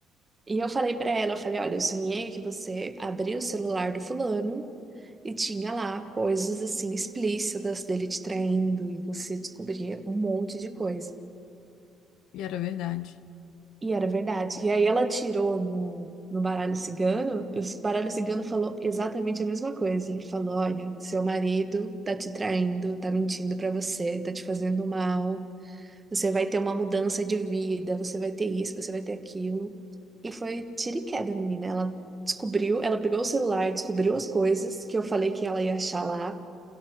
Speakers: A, on the right; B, on the left.
A: E eu falei pra ela, eu falei, olha, eu sonhei que você abriu o celular do fulano e tinha lá coisas assim explícitas dele te traindo e você descobria um monte de coisa.
B: E era verdade.
A: E era verdade. E aí ela tirou no, no baralho cigano, e o baralho cigano falou exatamente a mesma coisa. Ele falou: olha, seu marido tá te traindo, tá mentindo pra você, tá te fazendo mal, você vai ter uma mudança de vida, você vai ter isso, você vai ter aquilo. E foi tiro e queda, menina. Ela descobriu, ela pegou o celular, descobriu as coisas que eu falei que ela ia achar lá.